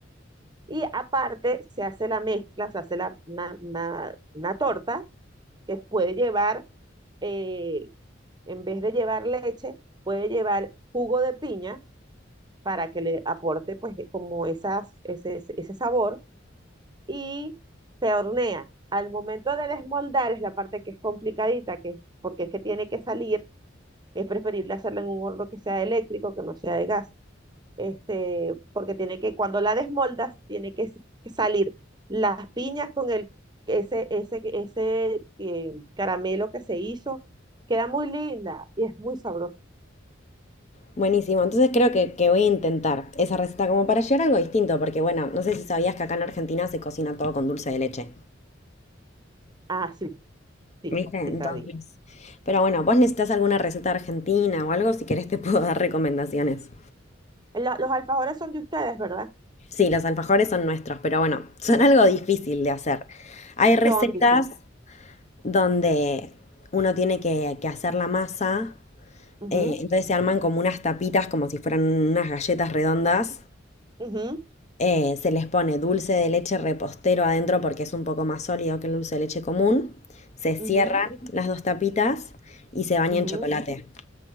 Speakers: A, on the right; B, on the left.
A: Y aparte se hace la mezcla, se hace la, una, una- una torta que puede llevar, eh, en vez de llevar leche, puede llevar jugo de piña, para que le aporte pues eh, como esas, ese, ese ese sabor y se hornea. Al momento de desmoldar es la parte que es complicadita, que, porque es que tiene que salir, es preferible hacerlo en un horno que sea eléctrico, que no sea de gas, este, porque tiene que, cuando la desmoldas, tiene que s- salir las piñas con el, ese, ese, ese eh, caramelo que se hizo, queda muy linda y es muy sabroso.
B: Buenísimo, entonces creo que, que voy a intentar esa receta como para llegar a algo distinto, porque bueno, no sé si sabías que acá en Argentina se cocina todo con dulce de leche,
A: Ah, sí, sí,
B: ¿viste? Entonces,
A: sí sabía.
B: pero bueno, vos necesitas alguna receta argentina o algo, si querés te <laughs> puedo dar recomendaciones.
A: Lo- los alfajores son de ustedes, ¿verdad?
B: Sí, los alfajores son nuestros, pero bueno, son algo difícil de hacer. Hay recetas
A: Son difíciles.
B: donde uno tiene que, que hacer la masa,
A: Ujú,
B: eh, entonces se arman como unas tapitas, como si fueran unas galletas redondas,
A: ujú,
B: Eh, se les pone dulce de leche repostero adentro porque es un poco más sólido que el dulce de leche común. Se cierran
A: ujú,
B: las dos tapitas y se baña
A: ujú.
B: en chocolate.